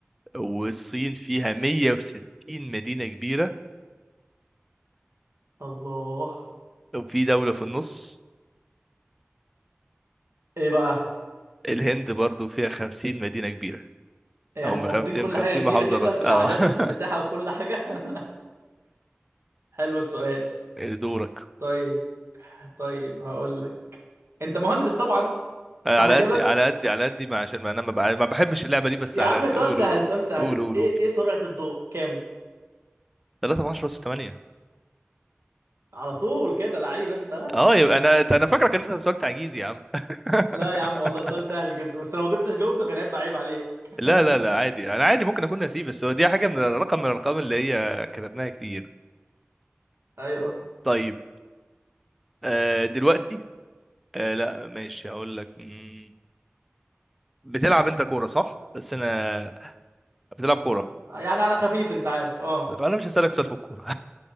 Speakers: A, in the centre; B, on the right (about 75°).
A: والصين فيها 160 مدينه كبيره
B: الله
A: وفي دوله في النص
B: ايه بقى
A: الهند برضو فيها 50 مدينه كبيره
B: يعني
A: او
B: هم
A: من
B: واخدين
A: 50
B: كل
A: 50
B: حاجة كبيرة
A: محافظه
B: كده
A: راس
B: في
A: اه
B: الأعداد وفي المساحة وفي كل حاجة <laughs> حلو السؤال
A: <laughs> دورك
B: طيب طيب هقول لك أنت مهندس طبعا
A: على
B: صح كده
A: قد على قد على قد ما عشان ما انا ما بع- ما بحبش اللعبه دي بس
B: يا
A: على
B: عم
A: قد
B: سؤال
A: قول
B: سهل
A: قول
B: سؤال سهل
A: قول قول
B: إيه
A: قول
B: إيه سرعة الضوء كام
A: 3 ب 10 8
B: على طول كده لعيب أنت ها؟
A: اه يبقى انا انا فاكرك كنت سألت عجيز يا عم <laughs>
B: لا يا عم والله سؤال سهل جدا بس لو ما كنتش جاوبته كان هيبقى عيب عليك <laughs>
A: لا لا لا عادي انا عادي ممكن اكون نسيب بس هو دي حاجه من رقم من الارقام اللي هي كتبناها كتير
B: أيوه
A: طيب آه دلوقتي آه لا ماشي هقول لك مم، بتلعب انت كوره صح بس انا بتلعب كوره
B: يعني على خفيف أنت عارف أه
A: فانا مش هسالك سؤال في الكوره